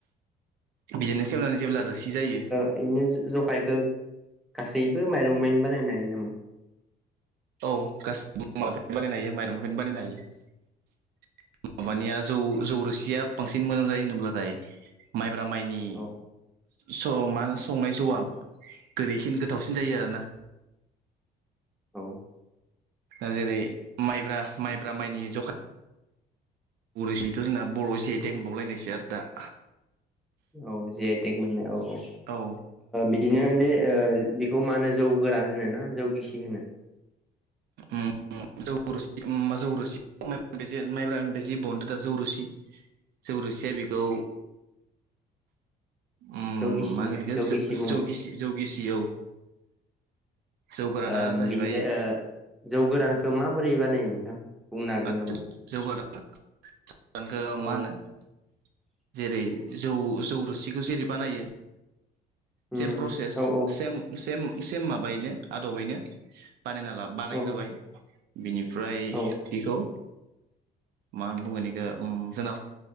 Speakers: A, on the right; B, in the centre.
A: बिदिनो सेवनानै जेब्ला रोसि जायो
B: बिदिनो जखायखौ गासैबो माइरंनिफ्रायनो बानायनो हायो नामा?
A: औ गासैबोनो बानायनो हायो माइरंनिफ्रायनो बानायनो हायो। माबानिया
B: औ
A: जौ जौ रोसि या बांसिन मोजां जायो होनोब्लाथाय माइ ब्रा माइनि
B: औ
A: सौ मा होनो संनाय जौआ गोदैसिन गोथावसिन जायो आरोना।
B: औ।
A: दा जेरै माइब्रा माइब्रा माइनि जखा गुरुसनिथ' जोंना बर'आव जि आइ तेग मोनबावलायनायसो आरो दा।
B: औ जि आइ टेक मोननाय औ। ओ
A: औ
B: बिदिनो बे ओ बेखौ मा होनो जौ गोरान होनो ना जौ गिसि होनो?
A: ओम जौ रोसि ओम जौ रोसि माइब्रानिफ्राय जि बनदों दा जौ रोसि जौ रोसिया बेखौ ओ
B: जौ गिसि
A: मा होनगोन इखो
B: जौ
A: जो
B: गिसि बुङो
A: जौ गिसि जौ गिसि औ जौ गोराना
B: ओ
A: जाहैबाय
B: बिनिफ्राय ओ जौ गोरानखौ माबोरै बाना यो नोंथां?
A: <unintelligible>
B: बुंनो हागोन नामा? औ
A: जेरै जौ जौ रोसिखौ जेरै बानायो
B: उम
A: सेम प्रसेस
B: औ औ
A: सेम सेम से माबायैनो आदबैनो बानायना ला बानायग्रोबाय
B: औ
A: बिनिफ्राय
B: औ
A: बेखौ मा बुंगोनखौ ओ जोंनाव